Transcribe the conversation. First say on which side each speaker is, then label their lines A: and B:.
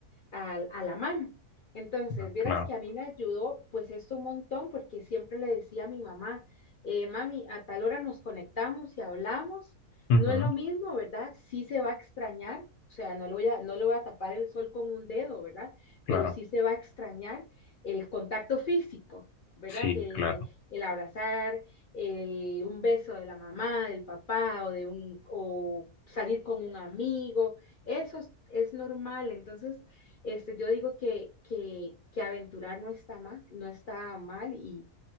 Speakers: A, on the left; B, on the left.
A: a, a la mano. Entonces,
B: no,
A: vieras
B: claro,
A: que a mí me ayudó pues esto un montón porque siempre le decía a mi mamá, eh, mami, a tal hora nos conectamos y hablamos.
B: ujú,
A: No es lo mismo, ¿verdad? Sí se va a extrañar, o sea, no lo voy a, no le voy a tapar el sol con un dedo, ¿verdad?
B: claro,
A: Pero sí se va a extrañar el contacto físico, ¿verdad?
B: sí,
A: Que
B: claro,
A: el abrazar, el, un beso de la mamá, del papá o de un, o salir con un amigo, eso es, es normal. Entonces, este, yo digo que, que, que aventurar no está mal, no está mal y,